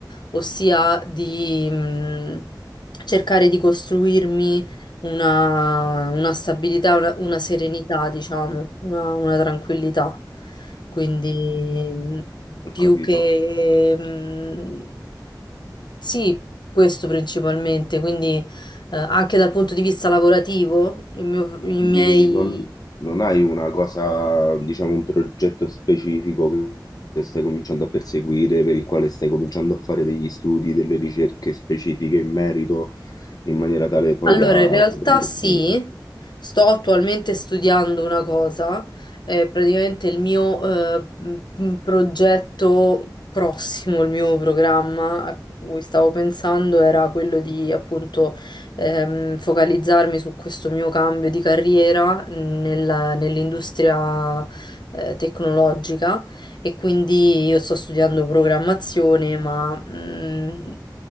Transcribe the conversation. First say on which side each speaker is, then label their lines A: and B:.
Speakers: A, on the left; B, on the left.
A: ossia di mh, cercare di costruirmi una, una stabilità, una, una serenità, diciamo, una, una tranquillità. Quindi, mh,
B: ho
A: più
B: capito.
A: che... mh, sì, questo principalmente, quindi eh, anche dal punto di vista lavorativo, il mio- i
B: Quindi
A: miei...
B: non, non hai una cosa, diciamo, un progetto specifico che, che stai cominciando a perseguire, per il quale stai cominciando a fare degli studi, delle ricerche specifiche in merito, in maniera tale poi
A: Allora,
B: da...
A: in realtà
B: Ok,
A: sì, sto attualmente studiando una cosa, è praticamente il mio eh, m- m- progetto prossimo, il mio programma a cui stavo pensando era quello di appunto ehm, focalizzarmi su questo mio cambio di carriera nella- nell'industria eh, tecnologica e quindi io sto studiando programmazione, ma mh,